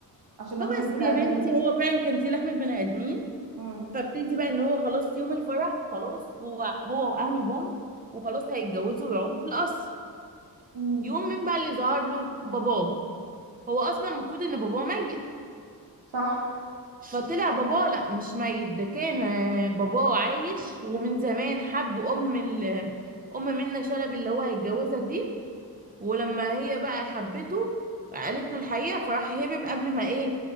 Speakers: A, on the right; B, on the right.
A: عشان
B: فبس
A: هم مش بني
B: يا
A: ادمين
B: بنتي هو فعلا كان دي لحمة بني آدمين
A: مم.
B: فابتدي بقى ان هو خلاص يوم الفرح خلاص هو هو واهله جم وخلاص هيتجوزوا ويقعدوا في القصر
A: مم.
B: يوم مين بقى اللي ظهر له باباه هو اصلا المفروض ان باباه ميت
A: صح
B: فطلع باباه لا مش ميت ده كان آه، باباه عايش ومن زمان حب ام ال ام منة شلبي اللي هو هيتجوزها دي ولما هي بقى حبته قالت له الحقيقه فراح هرب قبل ما ايه